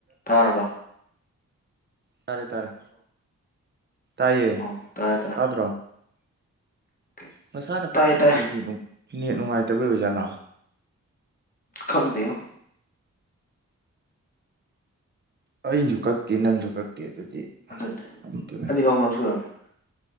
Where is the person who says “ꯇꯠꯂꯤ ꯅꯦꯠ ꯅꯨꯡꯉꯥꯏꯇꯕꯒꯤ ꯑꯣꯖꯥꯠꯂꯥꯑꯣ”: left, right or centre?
Right